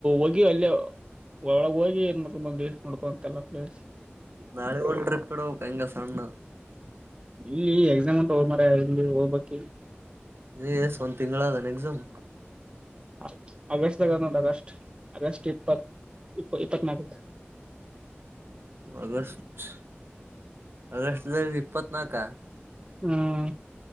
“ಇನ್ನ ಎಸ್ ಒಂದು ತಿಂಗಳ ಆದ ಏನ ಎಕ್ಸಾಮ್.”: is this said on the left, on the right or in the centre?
Right